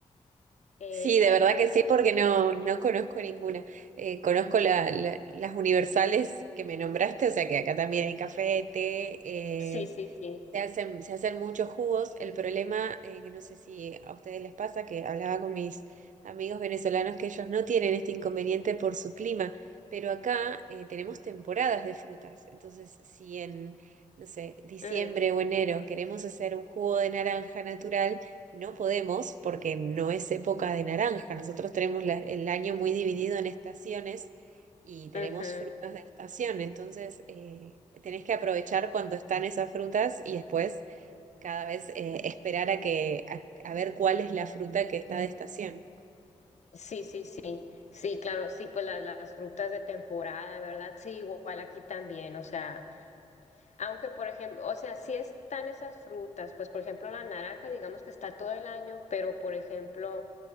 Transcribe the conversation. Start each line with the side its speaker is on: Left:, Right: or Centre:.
Left: Eh,
Right: Sí,
Left: y
Right: de verdad
Left: el café,
Right: que sí, porque no, no conozco ninguna. Eh, conozco la- la- las universales que me nombraste, o sea que acá también hay café, té,
Left: sí,
Right: eh,
Left: sí, sí.
Right: Se hacen, se hacen muchos jugos. El problema, eh, que no sé si a ustedes les pasa, que hablaba con mis amigos venezolanos que ellos no tienen este inconveniente por su clima, pero acá eh, tenemos temporadas de frutas. Entonces, si en, no sé, diciembre
Left: Mm,
Right: o enero queremos hacer un jugo de naranja natural, no podemos porque no es época de naranja. Nosotros tenemos la- el año muy dividido en estaciones y tenemos
Left: ujú.
Right: frutas de estación, entonces eh, tenés que aprovechar cuando están esas frutas y después cada vez eh, esperar a que a, a ver cuál es la fruta que está de estación.
Left: Sí, sí, sí, sí, claro, sí, pues la- las frutas de temporada, ¿verdad? Sí, igual aquí también, o sea, aunque por ejemplo, o sea, sí están esas frutas, pues por ejemplo la naranja, digamos que está todo el año, pero por ejemplo,